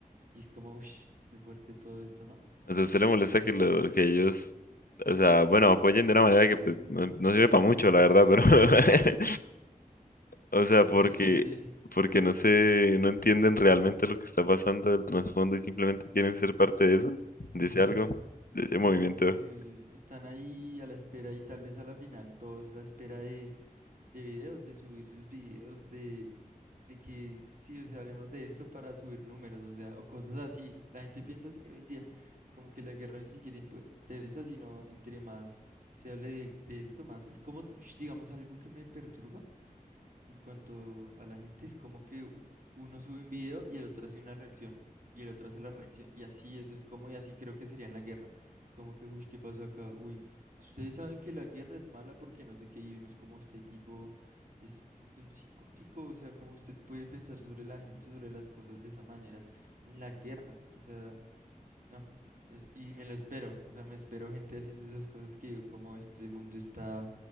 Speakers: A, on the right; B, on the left.
A: Y es como, uff, qué fuerte todo esto, ¿no?
B: O sea, ¿a usted le molesta que, lo, que ellos, o sea, bueno, apoyen de una manera que pues, no, no sirve para mucho, la verdad, pero <laughs> O sea, porque,
A: Sí, no sé,
B: porque no sé, no entienden realmente lo que está pasando del trasfondo y simplemente quieren ser parte de eso, de
A: exacto.
B: ese algo, de ese
A: O sea,
B: movimiento.
A: como que están ahí a la espera y tal vez a la final todos a la espera de, de videos, de subir sus videos, de, de que sí, o sea, hablemos de esto para subir números, o sea, o cosas así. La gente piensa así hoy en día, como que la guerra ni siquiera impo- interesa, sino entre más se hable de, de esto, más. Es como, ush, digamos, algo que me perturba. En cuanto a la gente, es como que u- uno sube un video y el otro hace una reacción y el otro hace la reacción. Y así, eso es como, y así creo que sería en la guerra. Como que, uy, ¿qué pasa acá? Uy, ustedes saben que la guerra es mala porque no sé qué, y uno es como este tipo, es un psicótico, o sea, cómo usted puede pensar sobre la gente, sobre las cosas de esa manera en la guerra. O sea. No, es- y me lo espero, o sea, me espero gente haciendo esas cosas que digo, como este mundo está,